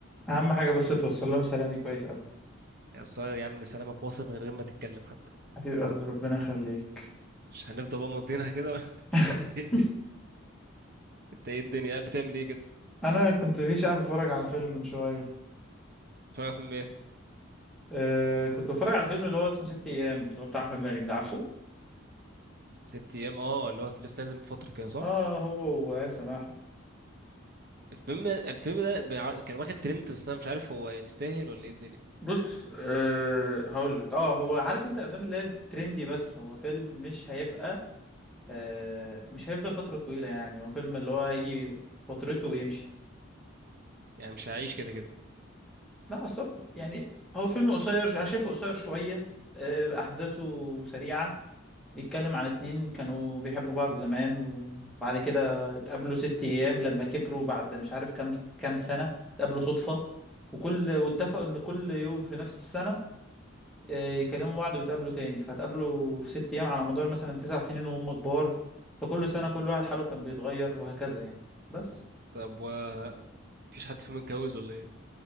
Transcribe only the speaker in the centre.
أهم حاجة بس توصل لهم سلامي كويس أوي
حبيب قلبي ربنا يخليك
<laughs>
أنا كنت في شعب بتفرج على فيلم من شوية
أه كنت بتفرج على فيلم اللي هو اسمه ست أيام اللي هو بتاع أحمد مالك ده عارفه؟
اه هو وآية سماحة
بص أه هقول لك اه هو عارف انت الافلام اللي هي الترندي بس هو فيلم مش هيبقى آه، مش هيفضل فترة طويلة يعني هو فيلم اللي هو هيجي فترته ويمشي
لا أصلا يعني هو فيلم قصير أنا شايفه قصير شوية آه، أحداثه سريعة بيتكلم عن اتنين كانوا بيحبوا بعض زمان وبعد كده اتقابلوا ست أيام لما كبروا بعد مش عارف كام كام سنة اتقابلوا صدفة وكل واتفقوا إن كل يوم في نفس السنة آه، يكلموا بعض ويتقابلوا تاني فاتقابلوا في ست أيام على مدار مثلا تسع سنين وهم كبار فكل سنة كل واحد حاله كان بيتغير وهكذا يعني بس